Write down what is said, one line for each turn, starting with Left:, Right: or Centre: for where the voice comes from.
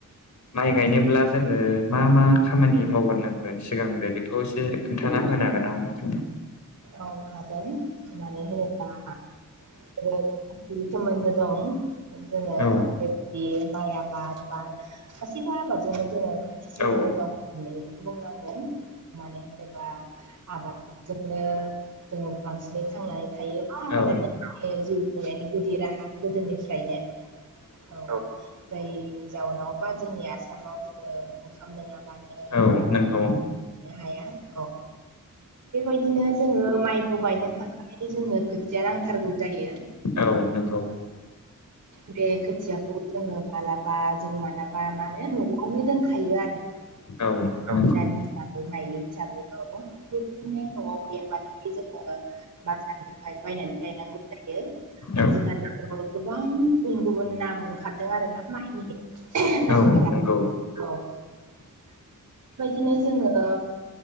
Left: माइ गायनोब्ला जोङो मा मा खामानि मावग्रोनांगोन सिगांग्रो। खौ एसे खोन्थाना होनो हागोन नामा नोंथां।
Right: औ हागोन माने होनोब्ला औ बिदि सोमोनदो दं जोंओ
Left: औ
Right: बि माइ आबाद बा गासिबो आबादजोंनो जोङो खाथि सोमोन्दो
Left: औ
Right: दं होननानै बुंनांगोन। माने होनोबा आबाद बिनो जोङो बांसिनै थांनानै थायो मार आबादनो
Left: औ
Right: जिउ खुंनायनि गुदि राहा गोदोनिफ्रायनो औ जाय जाउनाव बा जोंनि आसामाव जोङो ओंखाम नङाबानो थानो
Left: औ नंगौ
Right: हाया औ बेबायदिनो जोङो माइखौ गायनो थाखाय जोङनो खोथिया नांथारगौ जायो
Left: औ नंगौ
Right: बे खोथियाखौ जोङो मालाबा जों मालाबा माने न'आवनो दोनखायो आरो बिदान
Left: औ नंगौ
Right: हिसाबै माइलि हिसाबै औ बेबायदिनो न'आव गैयाबाथाय जोङो बाजारनिफ्राय बायनानै गायनांगौ जायो
Left: औ
Right: आजिखालि औ गोबां गुबुन गुबुन नाम ओंखारदों आरो ना माइनि नामफोरा
Left: औ नंगौ
Right: औ बेबायदिनो जोङो